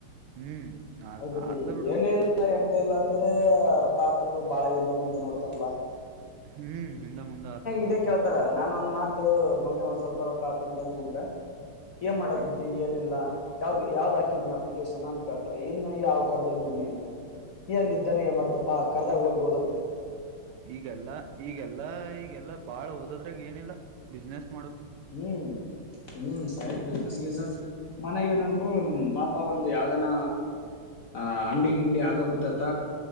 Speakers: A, on the right (about 85°); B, on the left (about 60°).
A: ಹ್ಮ್
B: ಹೌದಲ್ಲಿ
A: ಆತದ ಬಿಡು
B: ಏನ ಇಲ್ಲ ಎಂತ ಇಲ್ಲ ಅಂದ್ರೆ ರೊಕ್ಕ ಹಾಕಕ್ಕ ಬಾಳ ಇ ಹಿಂದ ಮುಂದ ನೋಡ್ತಾರಲಾ
A: ಹ್ಮ್ ಹಿಂದೆ ಮುಂದೆ ಹತ್ತದ್ ಬಿಡು
B: ಇದೇ ಕೇಳ್ತಾರ
A: ಪಾಪ
B: ನಾನ್ ಒಂದ್ ಮಾತು ಮಮ್ಮಿ ಒಂದ್ ಸ್ವಲ್ಪ ರ ಕಾಕಂತನ್ ಅಂದ್ರ ಏನ್ ಮಾಡಕೊತಿ
A: ಹ್ಮ್
B: ಏನಿಲ್ಲಾ ಯಾವ್ದ್ ಯಾವ್ದ್ ಹಾಕಿದ್ ನೀ ಅಪ್ಲಿಕೇಶನ್ ಅಂತ ಕೇಳ್ತಾರೆ ಇನ್ನು ಯಾವ್ ಕರ್ದಲ್ ಮಮ್ಮಿ ಅಂತಂದ್ರೆ ಅಲ್ಲಿ ಇದ್ದಾನೆ ಏ ಮಾಡ್ತಪ್ಪಾ ಕರ್ದಾಗ ಹೋಗಿ ಓದ
A: ಈಗೆಲ್ಲ ಈಗೆಲ್ಲಾ ಈಗೆಲ್ಲಾ ಬಾಳ್ ಓದದ್ರಾಗ ಏನಿಲ್ಲ ಬಿಿಸ್ನೆಸ್
B: ಹ್ಮ್ ಹ್ಮ್ ಸೈಡ್
A: ಹ್ಮ್
B: ಬಿಜ್ನೆಸ್ನೆಸ್ ಮನೆಗ ಏನಂದ್ರು ಪಾಪ ಒಂದು ಯಾವ್ದನ ಹ ಅಂಗಡಿ ಗಿಂಗಡಿ ಹಾಕ ಕೂತತ್ತ